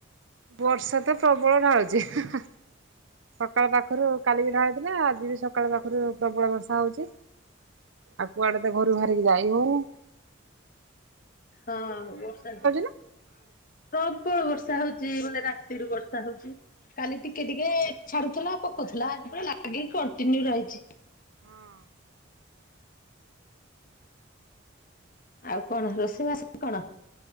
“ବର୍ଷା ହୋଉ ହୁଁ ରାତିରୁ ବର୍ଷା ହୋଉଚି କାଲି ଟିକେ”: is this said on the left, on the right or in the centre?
Left